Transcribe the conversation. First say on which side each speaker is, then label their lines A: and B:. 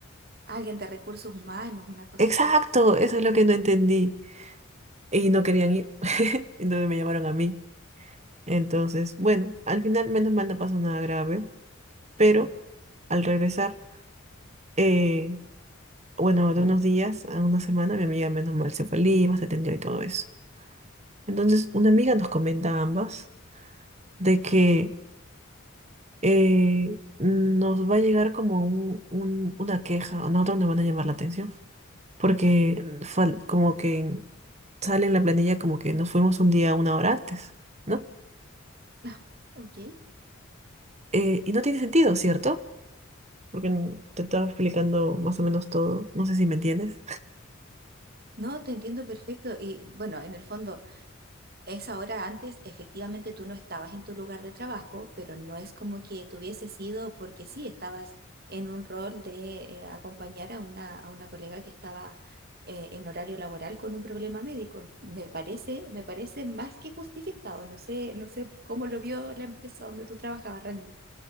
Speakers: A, on the right; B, on the right.
A: alguien de recursos humanos, una cosa
B: Exacto,
A: así. <laughs>
B: eso es lo que no entendí. Y no querían ir. <laughs> Entonces me llamaron a mí. Entonces, bueno, al final menos mal no pasó nada grave, pero al regresar, eh, bueno, de unos días a una semana, mi amiga menos mal se fue a Lima, se atendió y todo eso. Entonces, una amiga nos comenta a ambas de que eh, nos va a llegar como un- un- una queja, a nosotros nos van a llamar la atención, porque fal- como que sale en la planilla como que nos fuimos un día una hora antes, ¿no?
A: Ah, Ok.
B: Eh, y no tiene sentido, ¿cierto? Porque n- te estaba explicando más o menos todo, no sé si me entiendes.
A: No, te entiendo perfecto. Y bueno, en el fondo, esa hora antes, efectivamente tú no estabas en tu lugar de trabajo, pero no es como que te hubiese sido porque sí, estabas en un rol de eh, acompañar a una, a una colega que estaba eh, en horario laboral con un problema médico. Me parece, me parece más que justificado. No sé, no sé cómo lo vio la empresa donde tú trabajabas realmente.